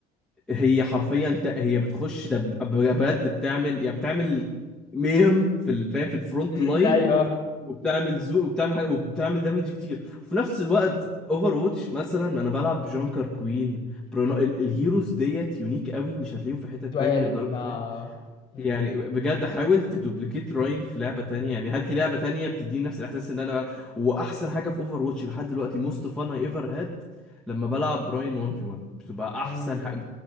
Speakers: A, in the centre; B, on the left.
A: هي حرفيا ت- هي بتخش دب- بجد بتعمل يا بتعمل ميم في ال- فاهم في الفرونت
B: مم،
A: لاين
B: ايوه
A: وبتعمل زو وبتعمل حاجة وبتعمل دامج كتير وفي نفس الوقت اوفر واتش مثلا انا بلعب بجانكر كوين برونو ال... الهيروز ديت يونيك قوي مش هتلاقيهم في حتة تانية
B: سؤال
A: لدرجة
B: ما
A: فاهم
B: مم.
A: يعني بجد حاول تدوبليكيت راين في لعبة تانية يعني هات لي لعبة تانية بتديني نفس الاحساس ان انا بلعب. واحسن حاجة في اوفر واتش لحد دلوقتي موست فان اي ايفر هاد لما بلعب راين 1 في 1 بتبقى احسن
B: مم.
A: حاجة